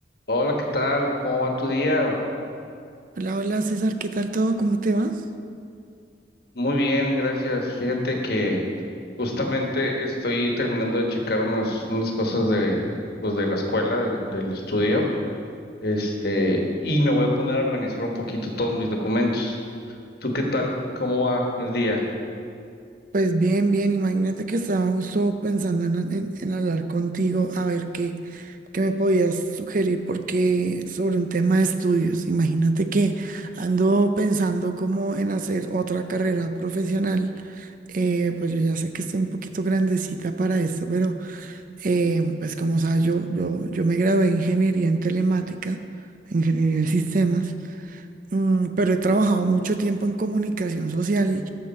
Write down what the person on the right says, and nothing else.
Hola, hola César, ¿qué tal todo? ¿Cómo te vas?
Pues bien, bien, imagínate que estaba justo pensando en, en- en hablar contigo, a ver qué, qué me podías sugerir, porque sobre un tema de estudios, imagínate que ando pensando como en hacer otra carrera profesional, eh, pues yo ya sé que estoy un poquito grandecita para esto, pero eh, pues como sabes, yo, yo, yo me gradué en ingeniería en telemática, ingeniería de sistemas. Mm, pero he trabajado mucho tiempo en comunicación social.